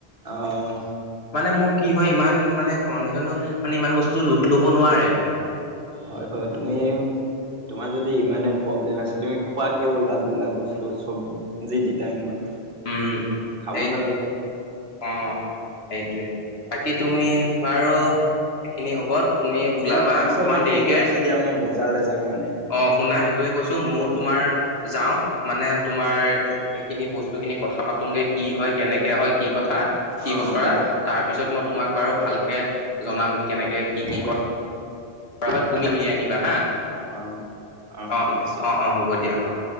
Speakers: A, on the right; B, on the left.
A: অ'
B: মানে মোৰ কি হয় ইমান মানে কণ্ডিচনটো মানে ইমান বস্তু লোট ল'ব নোৱাৰে।
A: হয় বাৰু তুমি, তোমাৰ যদি ইমানে প্ৰব্লেম আছ তুমি খোৱা কিয়? ওল্টা পোল্টা বস্তু চব যি টি টাইমত।
B: উম',
A: খাব
B: এই
A: নালাগে
B: অ'। সেইটোৱে, বাকী তুমি বাৰু এইখিনি হ'ব, তুমি ওলাবা
A: দিয়া পিছত
B: অকমান
A: মই
B: দেৰিকে।
A: ফোন কৰি আছো দিয়া মই বজাৰলৈ যাওঁ মানে।
B: অ', শুনা সেইটোয়ে কৈছো, মইও
A: অ'
B: তোমাৰ যাও। মানে তোমাৰ এইখিনি বস্তু খিনি কথা পাতোংগে। কি হয়, কেনেকে হয়, কি কথা, কি
A: অ'
B: বতৰা,
A: দিয়া
B: তাৰ পিছত মই তোমাক বাৰু ভালকে জনাম কেনেকে কি
A: হ'ব
B: কি কৰা কৰা
A: দিয়া
B: হয়, তুমি উলিয়াই আনিবা হা,
A: অ'
B: অ',
A: ঠিক আছে।
B: অ', অ', হ'ব দিয়া অ'।